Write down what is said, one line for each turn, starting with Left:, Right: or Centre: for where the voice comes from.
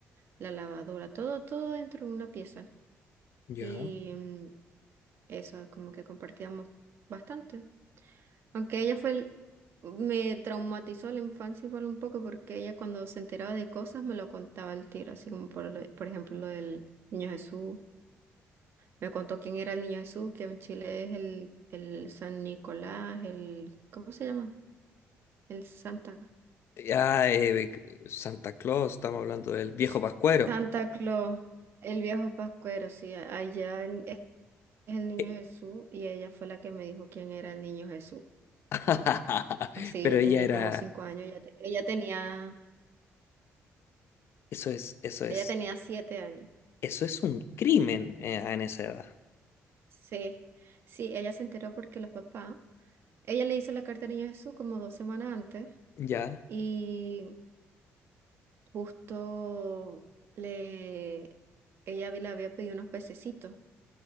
Right: la lavadora, todo, todo dentro de una pieza.
Left: Ya.
Right: Y mm, eso, como que compartíamos bastante. Aunque ella fue el- me traumatizó la infancia igual un poco porque ella cuando se enteraba de cosas me lo contaba al tiro, así como por, lo- por ejemplo lo del Niño Jesús. Me contó quién era el Niño Jesús, que en Chile es el, el San Nicolás, el... ¿Cómo se llama? El Santa.
Left: Ya, eh, Santa Claus, estamos hablando del viejo
Right: S-
Left: Pascuero.
Right: Santa Claus, el viejo Pascuero, sí, a- allá en- es el Niño
Left: Eh,
Right: Jesús y ella fue la que me dijo quién era el Niño Jesús.
Left: <laughs>
Right: Así
Left: Pero
Right: yo
Left: ella
Right: tenía
Left: era...
Right: como cinco años, ella, te- ella tenía,
Left: Eso es, eso es,
Right: ella tenía siete años.
Left: eso es un crimen eh, en esa edad.
Right: Sí, sí, ella se enteró porque los papás, ella le hizo la carta al Niño Jesús como dos semanas antes
Left: Ya.
Right: y justo le, ella vi- le había pedido unos pececitos.